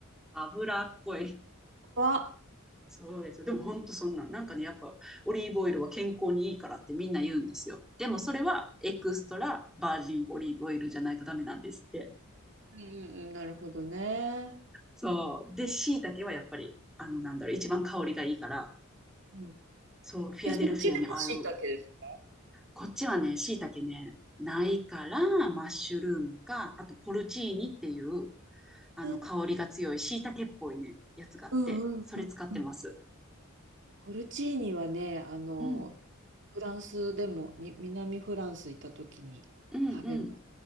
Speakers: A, in the centre; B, on the right.
A: 脂っこい。
B: は、
A: そうです。でも本当そんなん。なんかね、やっぱオリーブオイルは健康にいいからってみんな言うんですよ。でもそれはエクストラバージンオリーブオイルじゃないとダメなんですって。
B: うんうんうん、なるほどね。
A: そう。で、椎茸はやっぱり、あの、なんだろう、一番香りがいいから、
B: うん、
A: そう、フィアデルフィアにああいう
B: え、そっちでも椎茸ですか
A: こっちはね、椎茸ね、ないから、マッシュルームか、あとポルチーニっていう、あの、
B: うん
A: 香りが強い椎茸っぽいね、やつがあって、
B: うんうんうん。
A: それ使ってます。
B: ポルチーニはね、あの、
A: うん、
B: フランスでも、に、南フランス行った時に食べ
A: うん、うん。